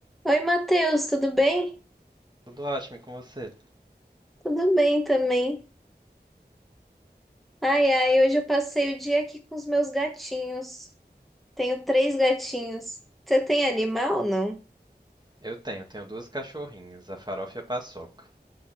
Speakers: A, in the centre; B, on the right.
A: Oi, Matheus, tudo bem?
B: Tudo ótimo e com você?
A: Tudo bem também. Ai, ai, hoje eu passei o dia aqui com os meus gatinhos. Tenho três gatinhos. Você tem animal ou não?
B: Eu tenho, tenho duas cachorrinhas, a Farofa e a Paçoca.